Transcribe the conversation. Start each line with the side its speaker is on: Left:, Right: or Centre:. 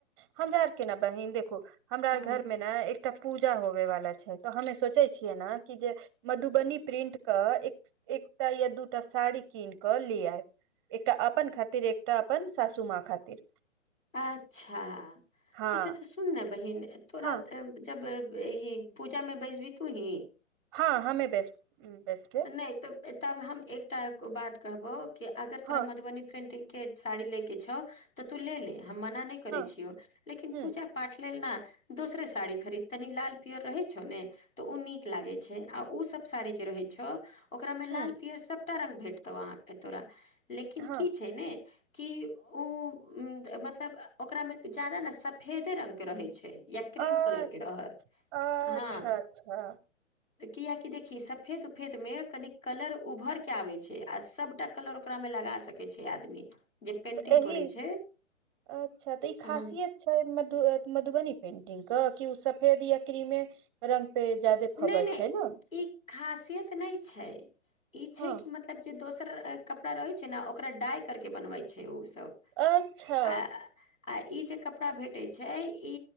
Right: हमरा आर के ने बहिन देखू हमरा
Left: हँ
Right: आ घर मे ने एकटा पूजा होवे वाला छै तऽ हमे सोचे छियै ने कि जे मधुबनी प्रिंट के एक एकटा या दूटा साड़ी कीन कऽ ले आयब एकटा अपनन खातिर एकटा अपनन सासूमां खातिर
Left: अच्छा
Right: हँ
Left: अच्छा त सुन ने बहिन तोरा
Right: हँ
Left: जब ई पूजा में बैस भी तू ही
Right: हँ हमे बेस बेस
Left: नहि तऽ ताबे हम एकटा बात कहबौ कि अगर तोरा
Right: हँ
Left: मधुबनी पेंटिंग के साड़ी ले के छौ तऽ तू ले ले हम मना नहि करै
Right: हँ
Left: छियौ लेकिन
Right: ह
Left: पूजा पाठ लेल न दोसरे साड़ी खरीद तनी लाल पियर रहै छौ ने तऽ ओ नीक लागै छै आ ओसभ साड़ी जे रहै छै ओ ओकरा मे लाल
Right: ह
Left: पियर सबटा रंग भेटतौ अहां तोरा लेकिन
Right: हँ
Left: की छै ने कि उ मतलब ओकरामे जादा ने सब फेदे रंग के रहै छै या क्रीम
Right: अ
Left: कलर के रह
Right: अच्छा
Left: हँ
Right: अच्छा
Left: किए कि देखि सफेद सफेद मे कनी कलर उभर के आबे छै आ सबटा कलर ओकरा मे लगा सकै छै आदमी जे पेंटिंग
Right: तऽ एहि
Left: करै छै
Right: अच्छा तऽ ई खासियत
Left: हँ
Right: छै मधु मधुबनी पेन्टिंग के क ओ सफेद या क्रीमे रंग पे ज्यादे फबै
Left: नहि नहि
Right: छै ने
Left: ई खासियत नहि छै ई छै
Right: हँ
Left: कि मतलब तब जे दोसर कपड़ा रहै छै ने ओकरा डाय करके बनबै छै ओ सब
Right: अच्छा
Left: आ आ ई जे कपड़ा भेटैत छै ई